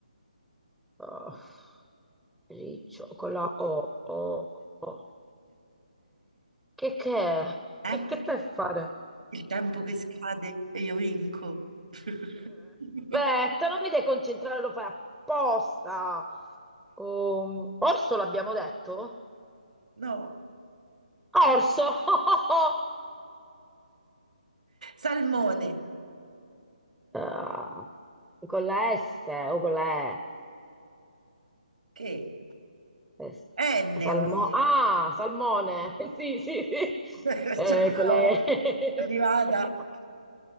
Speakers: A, in the centre; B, on the right (about 75°).
A: oh, riccio con la O. O, O. Che che è?
B: Eh?
A: Che che stai a fare?
B: Il tempo che scade e io vinco. <laughs>
A: Aspetta, non mi devi concentrare, lo fai apposta. Um, orso l'abbiamo detto?
B: No,
A: Orso! <laughs>
B: salmone,
A: Ah, con la S o con la E?
B: che?
A: Eh, s-
B: Ennio,
A: salmo-
B: eh.
A: ah, salmone. <laughs> Sì, sì, sì.
B: <laughs>
A: Eh,
B: Ciao,
A: con la E.
B: arrivata.
A: <laughs>